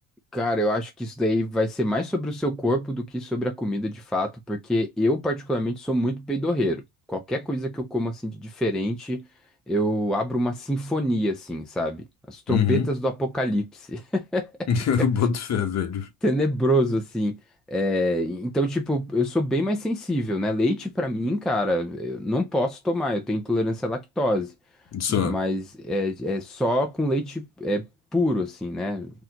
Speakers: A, in the centre; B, on the left.
A: cara, eu acho que isso daí vai ser mais sobre o seu corpo do que sobre a comida de fato, porque eu particularmente sou muito peidorreiro. Qualquer coisa que eu como assim de diferente, eu abro uma sinfonia assim, sabe? As trombetas
B: Uhum.
A: do apocalipse. <laughs>
B: <laughs> Eu boto fé, velho.
A: tenebroso, assim. É, então, tipo, eu sou bem mais sensível, né? Leite, pra mim, cara, eu não posso tomar, eu tenho intolerância à lactose.
B: Só.
A: Mas é, é só com leite é, puro, assim, né?